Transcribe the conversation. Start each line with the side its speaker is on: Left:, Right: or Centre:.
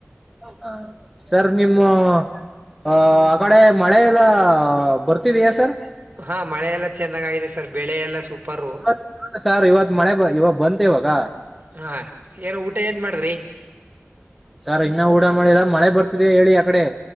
Centre: ಹ ಸರ್ ನಿಮ್ಮ <unintelligible> ಆ ಆ ಕಡೆ ಮಳೆ ಎಲ್ಲ ಬರ್ತಿದೆಯಾ ಸರ್
Right: ಹಾ ಮಳೆ ಎಲ್ಲಾ ಚೆಂದಾಗ ಆಗಿದೆ ಸರ್ ಬೆಳೆ ಎಲ್ಲಾ ಸೂಪರು
Centre: ಮತ್ತ ಸಾರ್ ಇವತ್ ಮಳೆ ಇವಾಗ ಬಂತ ಇವಾಗ
Right: ಹಾ ಏನ್ ಊಟ ಏನ್ ಮಾಡಿದ್ರಿ
Centre: ಸರ್ ಇನ್ನ ಊಟ ಮಾಡಿಲ್ಲ ಮಳೆ ಬರ್ತಿದೆ ಹೇಳಿ ಆಕಡೆ